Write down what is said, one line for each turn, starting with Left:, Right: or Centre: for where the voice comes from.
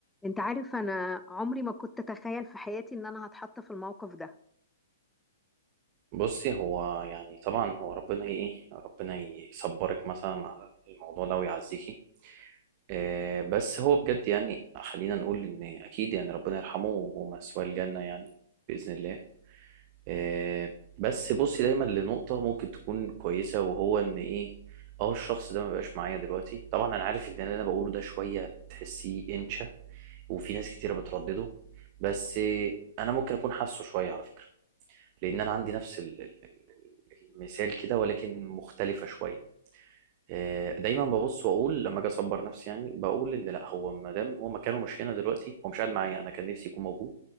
Centre: انت عارف انا عمري ما كنت اتخيل في حياتي ان انا هتحط في الموقف ده
Right: بصي هو يعني طبعا هو ربنا ي- ايه ربنا يصبرك مثلا على الموضوع ده ويعزيكي آه بس هو بجد يعني خلينا نقول ان اكيد يعني ربنا يرحمه وهو مثواه الجنة يعني بإذن الله آه بس بصي دايما لنقطة ممكن تكون كويسة وهو ان ايه اه الشخص ده ما بقاش معايا دلوقتي طبعا انا عارف ان اللي انا بقوله ده شوية تحسيه انشا وفي ناس كتيرة بتردده بس آه، انا ممكن اكون حاسه شوية على فكرة لان انا عندي نفس ال- ال- ال- المثال كده ولكن مختلفه شويه آه، دايما ببص واقول لما اجي اصبر نفسي يعني بقول ان لا هو ما دام هو مكانه مش هنا دلوقتي هو مش قاعد معايا انا كان نفسي يكون موجود